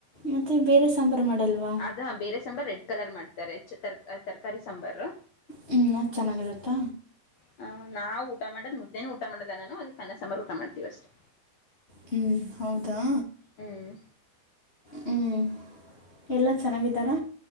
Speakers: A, on the left (about 40°); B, on the left (about 65°).
A: ಮತ್ತು ಬೇರೆ ಸಾಂಬಾರು ಮಾಡಲ್ವಾ
B: ಅದ. ಹೀರೆ ಸಾಂಬಾರ್ ರೆಡ್ ಕಲರ್ ಮಾಡ್ತಾರೆ <unintelligible> ತರಕಾರಿ ಸಾಂಬಾರ
A: ಹ್ಮ್ ತಿನ್ನೋಕ್ ಚೆನ್ನಾಗಿರತ್ತ.
B: ಹ ನಾವು ಊಟ ಮಾಡದ್ ಮುದ್ದೇನ ಊಟ ಮಾಡಲ್ಲ ನಾನು ಅದ ಕನ್ನಸಂಬಾರ ಊಟ ಮಾಡ್ತೀವ ಅಷ್ಟೇ.
A: ಹ್ಮ್ ಹೌದಾ
B: ಹ್ಮ್
A: ಹ್ಮ್ ಎಲ್ಲ ಚೆನ್ನಾಗಿದ್ದಾರಾ.